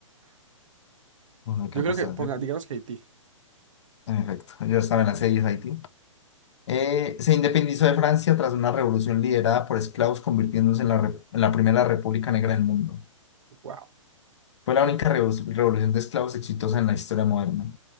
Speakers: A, on the left; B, on the right.
A: No hay que
B: Yo
A: apostar.
B: creo que, ponga,
A: yo-
B: digamos que Haití.
A: en efecto, yo estaba en la serie Haití. eh, se independizó de Francia tras una revolución liderada por esclavos, convirtiéndose en la, re- en la primera república negra del mundo.
B: Wow,
A: Fue la única revo- revolución de esclavos exitosa en la historia moderna.